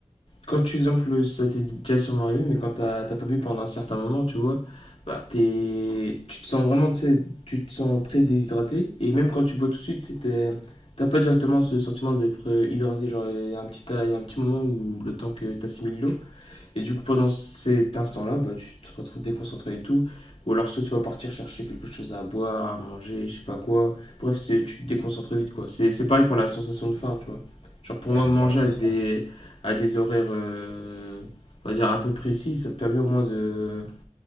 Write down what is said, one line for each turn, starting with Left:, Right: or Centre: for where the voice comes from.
Left: quand tu, exemple, ça t'est déjà sûrement arrivé, mais quand t'as t'as pas bu pendant un certain moment, tu vois, bah, t'es, tu te sens vraiment, tu sais, tu te sens très déshydraté. Et même quand tu bois tout de suite, tu sais, t'es- t'as pas directement ce sentiment d'être euh, hydraté. Genre, il y a un petit, il y a un petit moment où le temps que t'assimiles l'eau. Et du coup, pendant cet instant-là, bah, tu te retrouves déconcentré et tout. Ou alors, soit tu vas partir chercher quelque chose à boire, à manger, je sais pas quoi. Bref, c'est, tu te déconcentres vite, quoi. C'est, c'est pareil pour la sensation de faim, tu vois. Genre, pour
Right: Ah,
Left: moi,
Right: j'ai
Left: manger
Right: jamais vu
Left: à des,
Right: ça.
Left: à des horaires, euh, on va dire, un peu précis, ça te permet au moins de,